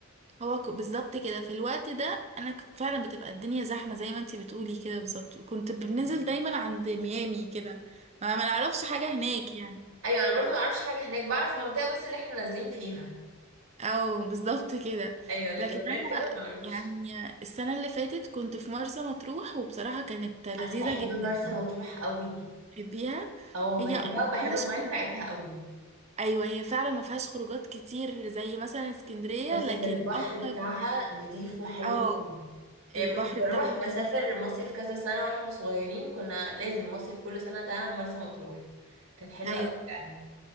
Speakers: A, on the right; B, on the right.
A: هو ك- بالظبط كده في الوقت ده انا كنت فعلا بتبقى الدنيا زحمه زي ما انتي بتقولي كده بالظبط كنت بننزل
B: ايوه
A: دايما عند ميامي كده ما ما نعرفش حاجه هناك يعني
B: ايوه انا برضه ما اعرفش حاجة هناك بعرف المنطقة بس اللي احنا نازلين فيها
A: او <laughs> بالظبط كده
B: ايوه لكن
A: لكن
B: غير
A: انا
B: كده ما اعرفش
A: يعني السنه اللي فاتت كنت في مرسى مطروح وبصراحه كانت لذيذه
B: انا بحب
A: جدا
B: مرسى مطروح قوي
A: تحبيها
B: او
A: هي
B: بحبها
A: اه مفيهاش
B: وبحب المايه
A: خروجات
B: بتاعتها قوي
A: ايوه هي فعلا ما فيهاش خروجات كتير زي مثلا اسكندريه
B: بس
A: لكن
B: البحر
A: اكتر
B: بتاعها نضيف وحلو
A: اه
B: قوي يعني
A: البحر
B: كنت بروح
A: بتاعها
B: بسافر
A: جميل
B: مصيف كذا سنة واحنا صغيرين كنا لازم مصيف كل سنة ده مرسى مطروح كانت حلوة
A: ايوه
B: قوي فعلا